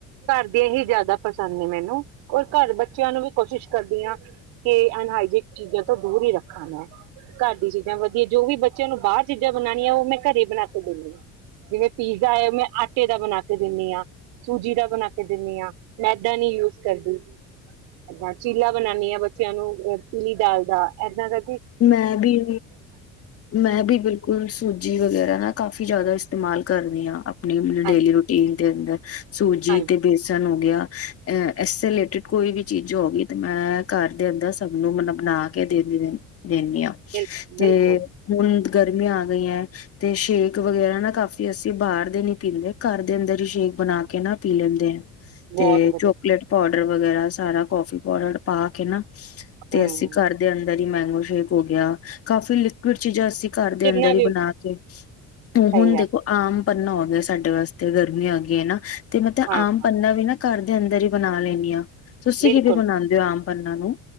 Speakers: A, on the right; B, on the left.
A: ਘਰ ਦੀਆਂ ਹੀ ਜ਼ਿਆਦਾ ਪਸੰਦ ਨੇ ਮੈਨੂੰ ਔਰ ਘਰ ਬੱਚਿਆਂ ਨੂੰ ਵੀ ਕੋਸ਼ਿਸ਼ ਕਰਦੀ ਹਾਂ ਕਿ ਅਨਹਾਾਈਜਨਿਕ ਚੀਜ਼ਾਂ ਤੋਂ ਦੂਰ ਹੀ ਰੱਖਾਂ ਮੈਂ ਘਰ ਦੀ ਚੀਜ਼ਾਂ ਵਧੀਆ ਜੋ ਵੀ ਬੱਚਿਆਂ ਨੂੰ ਬਾਹਰ ਚੀਜ਼ਾਂ ਬਣਾਉਣੀਆਂ ਉਹ ਮੈਂ ਘਰੇ ਹੀ ਬਣਾ ਕੇ ਦੇਣੀ ਹਾਂ ਜਿਵੇਂ ਪੀਜ਼ਾ ਐ, ਮੈਂ ਆਟੇ ਦਾ ਬਣਾ ਕੇ ਦਿੰਦੀ ਹਾਂ ਸੂਜੀ ਦਾ ਬਣਾ ਕੇ ਦਿੰਦੀ ਹਾਂ ਮੈਦਾ ਨੀ ਯੂਜ ਕਰਦੀ ਦਾਂ ਚੀਲਾ ਬਣਾਉਾਨਦੀ ਆਾਂ ਬੱਚਿਆਂ ਨੂੰ ਪੀਲੀ ਦਾਲ ਦਾ ਏਦਾਂ ਦਾ
B: ਮੈਂ ਵੀ ਮੈਂ ਵੀ ਬਿਲਕੁਲ ਸੂਜੀ ਵਗੈਰਾ ਨਾ ਕਾਫੀ ਜ਼ਿਆਦਾ ਇਸਤੇਮਾਲ ਕਰਦੇ ਹਾਂ ਆਪਾਂ ਆਪ
A: ਹਾਂਜੀ
B: ਡੇਲੀ ਰੂਟੀਨ ਦੇ ਹੁੰਦਾ ਸੂਜੀ
A: ਹਾਂਜੀ
B: ਤੇ ਬੇਸਣ ਨੂੰ ਇਸ ਰਿਲੇਟਿਡ ਕੋਈ ਵੀ ਚੀਜ਼ ਹੋ ਗਈ ਤੇ ਮੈਂ ਘਰ ਦੇ ਅੰਦਰ ਸਭ ਨੂੰ ਮਤਲਬ ਬਣਾ ਕੇ ਦੇਦੀ ਦਿੰਦੀ ਹਾਂ
A: ਬਿਲ ਬਿਲਕੁਲ
B: ਤੇ ਹੁਣ ਗਰਮੀੀਆਂ ਆ ਗਈਆਂ ਤੇ ਸ਼ੇਕ ਵਗੈਰਾ ਨਾ ਕਾਫ਼ੀ ਅਸੀਂ ਬਾਹਰ ਦੇ ਨੀ ਪੀਂਦੇ ਘਰ ਦੇ ਅੰਦਰ ਹੀ ਸ਼ੇਕ ਬਣਾ ਕੇ ਨਾ ਪੀ ਲੈਂਦੇ ਹੈ
A: ਬਹੁਤ
B: ਤੇ
A: ਵਧੀਆ
B: ਚੋਕਲੇਟ ਪਾਊਡਰ ਵਗੈਰਾ ਸਾਰਾ ਕੌਫੀ ਪਾਊਡਰ ਪਾ ਕੇ ਨਾ ਤੇ
A: ਹਮ
B: ਅਸੀਂ ਘਰ ਦੇ ਅੰਦਰ ਦਰੀ ਮੈਂਗੋਸ਼ ਠੀਕ ਹੋ ਗਿਆ, ਕਾਫੀ ਲਿਕਵਿਡ ਚੀਜ਼ਾਂ ਸੀ ਘਰ ਦੇ
A: ਜਿੰਨਾ
B: ਅੰਦਰ
A: ਵੀ
B: ਹੀ ਬਣਾ ਕੇ, -
A: ਸਹੀ
B: ਉਹ ਹੁਣ
A: ਗੱਲ
B: ਦੇਖੋ ਆਮ ਪੰਨਾ ਹੋ ਗਿਆ ਸਾਡੇ ਵਾਸਤੇ ਗਰਮੀ ਆ ਗਈ ਹੈ ਨਾ ਤੇ ਮਤੈ
A: ਹਾਂ
B: ਆਮ
A: ਹਾਂ
B: ਪੰਨਾ ਵੀ ਨਾ ਘਰ ਦੇ ਅੰਦਰ ਹੀ ਬਣਾ ਲੈਨੀ ਆ। ਤੁਸੀਂ
A: ਬਿਲਕੁਲ
B: ਕਿਵੇਂ ਬਣਾਦੇ ਹੋ ਆਮ ਪਨਾਂ ਨਾ।